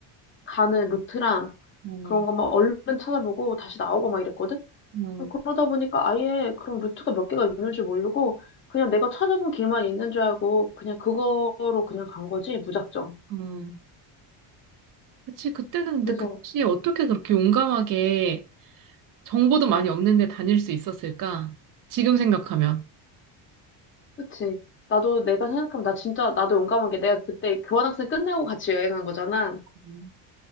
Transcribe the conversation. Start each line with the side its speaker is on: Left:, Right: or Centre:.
Left: 가는 루트랑
Right: 어
Left: 그런 거막 얼른 찾아보고 다시 나오고 막 이랬거든.
Right: 어
Left: 그러다 보니까 아예 그런 루트가 몇 개가 있는 줄 모르고 그냥 내가 찾아본 길만 있는 줄 알고 그냥 그거로 그냥 간 거지 무작정.
Right: 어, 그치. 그때는 근데
Left: 그래서
Right: 그치. 어떻게 그렇게 용감하게 정보도 많이 없는데 다닐 수 있었을까? 지금 생각하면.
Left: 그치. 나도 내가 생각하면 나 진짜 나도 용감하게 내가 그때 교환학생 끝나고 같이 여행한 거잖아.
Right: 음,